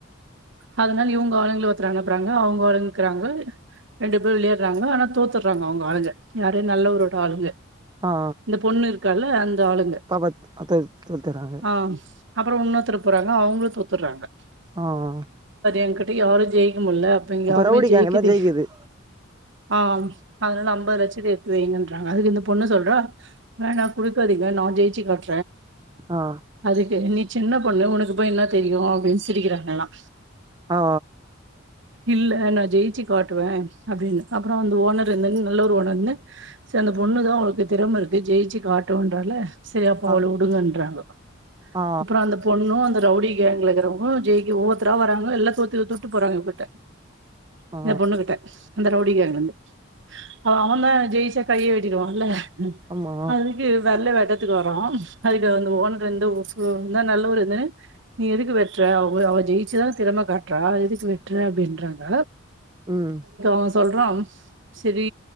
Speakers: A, on the right; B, on the right.
A: அதனால இவங்க ஆளுங்கள ஒரு த்தர அனுப்புவாங்க அவங்க ஆளுங்க இருக்காங்க ரெண்டு பேரு விளையாடுறாங்க ஆனா தோத்துறாங்க அவங்க ஆளுங்க யாரு நல்லவரோட ஆளுங்க
B: ஆ
A: இந்த பொண்ணு இருக்கு காள அந் ஆளுங்க
B: பாப்பா தொ தோத்துறாங்க
A: ஆஹ் அப்புறம் இன்னொத்ரு போறாங்க அவங்களுக்கு காப்பத்துறாங்க
B: ஆஹ்
A: எங்கட்ட யாரும் ஜெயி முல்ல அப்ப இங்க யாருமேஜெய்க்கத்து
B: ரவுடி கேங்கு தா ஜெயிக்குது
A: ஆஹ் அதனால அம்பது லட்ச த்தஎடுத்து வைங்கன்ற அதுக்கு இந்த பொண்ணு சொல்றா வேணா குடுக்காதிங்க நா ஜெய்ச்சி காட்டேறன்
B: ஆ
A: அதுக்கு நீ சின்ன பொண்ணு உனக்கு போய் என்ன தெரியும் அப்படின்னு சிரிக்கிறாங்க எல்லாம்
B: ஆ
A: இல்ல நான் ஜெயிச்சு காட்டுவேன் அப்படின்னு அப்புறம் அந்த ஓனர் இருந்தன்ன நல்ல ஒரு ஓனர்ருனுசரி அந்த பொண்ணு தான் அவங்களுக்கு திறமை இருக்குது ஜெயிச்சு காட்டுன்றால சரி அப்ப
B: ஆ
A: அவள வுடுங்கன்றாங்க
B: ஆ
A: அப்புறம் அந்த பொண்ணும் அந்த ரவுடி கேங்க ஐ இருக்கிறவங்க ஜெயி ஒவ்வொத்தரா வராங்க எல்லா தோத்து போறாங்க இவ கிட்ட
B: ஆ
A: இந்த பொண்ணுகிட்ட அந்த ரவுடி கேங் வந்து அவ தான் ஜெயிச்சா கையை வெட்டிடுவான்ல்ல
B: ஆமா
A: அதுக்கு வெல்ல வே இடத்துக்கு வறோம் அதுக்கு வந்து ஒனர் வந்து நல்லவருன்னு நீ எதுக்கு வெட்டுற அவ அவ ஜெயிச்சுதான் திறமை காட்டுறா எதுக்கு வெட்டுற அப்படின்றாங்க
B: உம்
A: அவ சொல்றா சரி